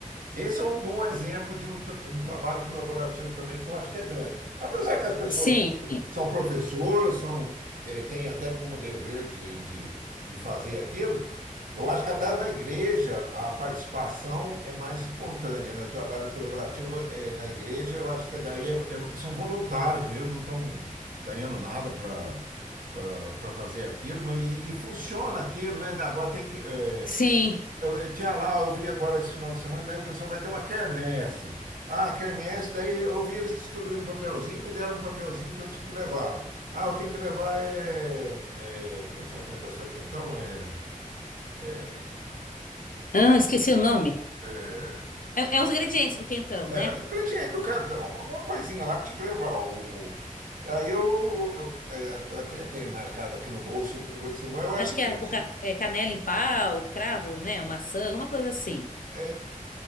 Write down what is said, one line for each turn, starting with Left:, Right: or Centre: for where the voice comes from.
Right: Esse é um bom exemplo de um, tra- um trabalho colaborativo também, que eu acho que é grande. Apesar que as pessoas
Left: Sim,
Right: são professoras, são, eh, têm até como dever de, de, de fazer aquilo. Eu acho que até na igreja a participação é mais espontânea, né? O trabalho colaborativo é na igreja, eu acho que daí é- é- são voluntários mesmo, não estão ganhando nada para para fazer aquilo, mas e, e funciona aquilo, né? Agora tem que eh,
Left: sim.
Right: eu, eu tinha lá, eu vi agora esse final de semana, daí o pessoal vai ter uma quermesse. Ah, quermesse, daí eu vi eles distribuindo papelzinho, me deram um papelzinho que eu tinha que levar. Ah, eu tenho que levar é, é, como é que chama aquele negócio que faz quentão? É, é,
Left: Ah, esqueci o nome.
Right: é, é,
Left: É, é os ingredientes do quentão,
Right: é,
Left: né?
Right: ingrediente do cantão, alguma coisinha lá que tinha que levar. O, aí eu, eu, é, eu até tenho marcado aqui no bolso, assim, mas eu achei
Left: Acho que é,
Right: isso.
Left: o ca- é canela em pau, cravo, né, maçã, alguma coisa assim.
Right: É,